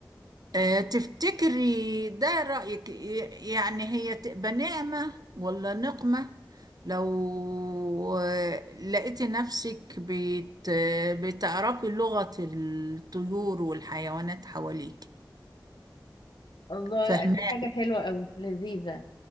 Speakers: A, on the right; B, on the left.
A: آه، تفتكري ده رأيك ي- يعني هي تبقى نعمة ولا نقمة لو آه، لقيتي نفسك بت آه، بتعرفي لغة الطيور والحيوانات حواليك
B: الله
A: فاهمة
B: لا دي حاجة حلوة قوي لذيذة